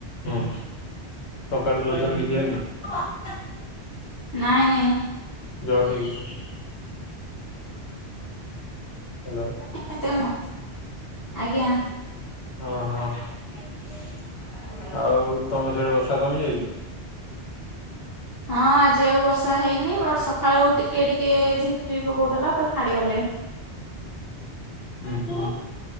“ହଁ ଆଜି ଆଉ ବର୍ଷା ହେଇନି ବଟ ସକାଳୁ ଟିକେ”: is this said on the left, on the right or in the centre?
Left